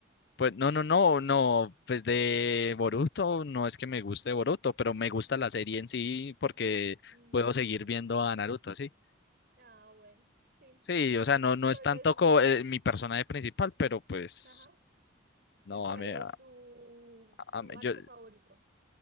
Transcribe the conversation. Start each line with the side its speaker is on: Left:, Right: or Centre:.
Left: Pues no, no, no, no, pues de Boruto no es que me guste Boruto, pero me gusta la serie en sí porque
Right: Mm,
Left: puedo seguir viendo a Naruto, sí.
Right: ah, bueno, sí.
Left: Sí, o sea, no, no
Right: ¿Cuál
Left: es tanto
Right: es
Left: como eh, mi personaje principal, pero pues
Right: Ajá.
Left: no,
Right: ¿Y cuál
Left: a mí, a-
Right: es tu,
Left: a
Right: tu
Left: mí-
Right: arco
Left: yo,
Right: favorito?